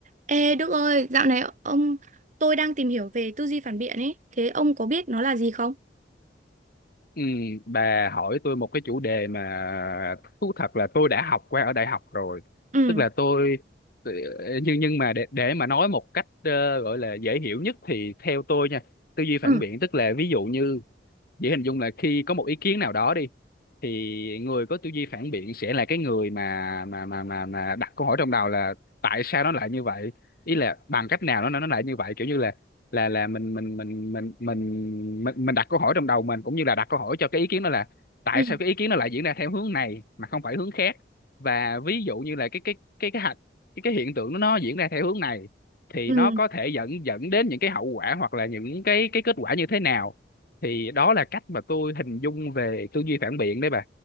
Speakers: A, on the right; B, on the left.
A: Ê Đức ơi, dạo này ông tôi đang tìm hiểu về tư duy phản biện ấy, thế ông có biết nó là gì không?
B: Ừ, bà hỏi tôi một cái chủ đề mà thú thật là tôi đã học qua ở đại học rồi
A: Ừ,
B: tức là tôi tôi- nhưng nhưng mà để để mà nói một cách ờ, gọi là dễ hiểu nhất thì theo tôi nha tư duy phản
A: ừ,
B: biện tức là ví dụ như dễ hình dung là khi có một ý kiến nào đó đi thì người có tư duy phản biện sẽ là cái người mà mà mà mà mà đặt câu hỏi trong đầu là tại sao nó lại như vậy ý là bằng cách nào nó nó nó lại như vậy kiểu như là là là mình mình mình mình mình mình mình đặt câu hỏi trong đầu mình cũng như là đặt câu hỏi cho cái ý kiến đó là tại
A: ừ,
B: sao cái ý kiến nó lại diễn ra theo hướng này mà không phải hướng khác và ví dụ như là cái cái cái cái hạch cái cái hiện tượng nó diễn ra theo hướng này thì
A: ừ,
B: nó có thể dẫn dẫn đến những cái hậu quả hoặc là những cái cái kết quả như thế nào thì đó là cách mà tôi hình dung về tư duy phản biện đấy bà